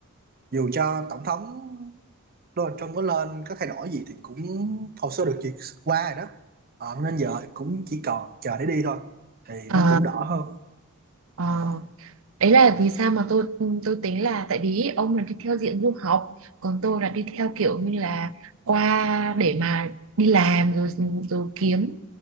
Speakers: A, on the right; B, on the right.
A: dù cho tổng thống Donald Trump có lên có thay đổi gì thì cũng hồ sơ được duyệt qua rồi đó Ờ, nên giờ cũng chỉ còn chờ để đi thôi thì
B: ờ
A: nó cũng đỡ hơn
B: ờ
A: Ờ.
B: đấy là vì sao mà tôi tôi tính là tại vì ông là đi theo diện du học còn tôi là đi theo kiểu như là qua để mà đi làm rồi rồi kiếm